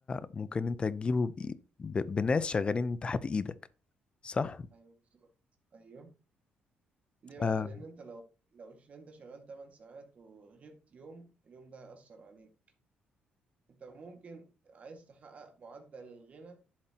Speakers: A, on the left; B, on the right.
A: ممكن انت تجيبه بإي... ب... بناس شغالين تحت ايدك صح
B: أيوه بالظبط أيوه ليه بقى؟
A: آه.
B: لأن أنت لو لو ش- أنت شغال 8 ساعات وغبت يوم اليوم ده هيأثر عليك أنت ممكن عايز تحقق معدل الغنى